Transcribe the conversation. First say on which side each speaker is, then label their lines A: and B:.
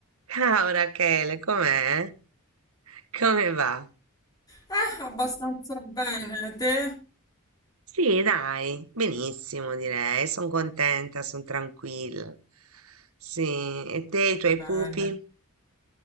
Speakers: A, on the right; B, on the left.
A: Ciao Rachele, com'è? Come va?
B: Eh, abbastanza bene, te?
A: Sì, dai, benissimo direi, sono contenta, sono tranquilla. Sì, e te, i tuoi
B: Bene.
A: pupi?